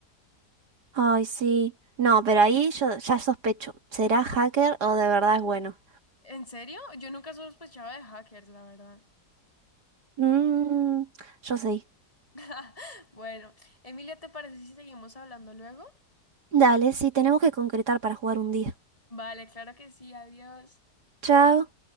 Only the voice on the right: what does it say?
Ay, sí. No,
pero ahí yo ya sospecho. ¿Será hacker o de verdad es bueno?
Mmm, yo sí.
Dale, sí, tenemos que concretar para jugar un día.
Chao.